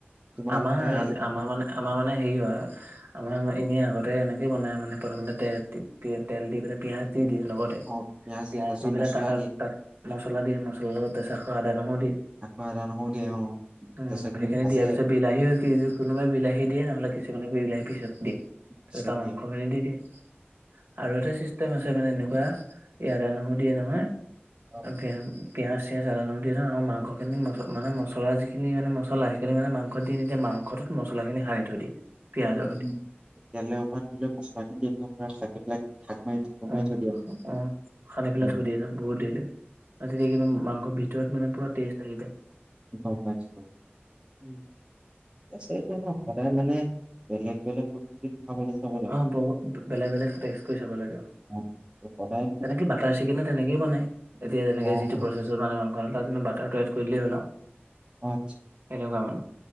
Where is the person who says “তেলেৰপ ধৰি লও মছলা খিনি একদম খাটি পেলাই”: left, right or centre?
Right